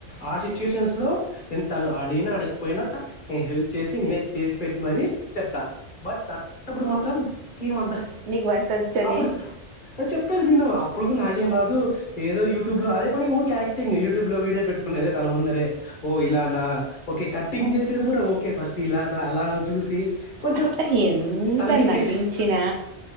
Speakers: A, on the left; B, on the right.
A: ఆ సిచ్యువేషన్స్ లో నేను తను అడిగిన అడగకపోయినా నేను హెల్ప్ చేసి న చేసి పెట్టి మర చెప్తా బట్ అప్పుడు మాత్రంం అంత
B: నీకు వంట వచ్చని
A: అప్పుడు చెప్పేది విను అప్పుడు నా అలాగేం రాదు ఏదో యూట్యూబ్ లో అదే పని ఊరికి యాక్టింగ్ యూట్యూబ్ లో వీడియో పెట్టుకునేదే తన ముందరే ఓ ఇలానా ఓకే కట్టింగ్ చేసేది కూడా ఓకే ఫస్ట్ ఇలానా అలానా చూసి కొంచెం
B: అత్తలా ఎంత
A: తనకి
B: నటించినా
A: తె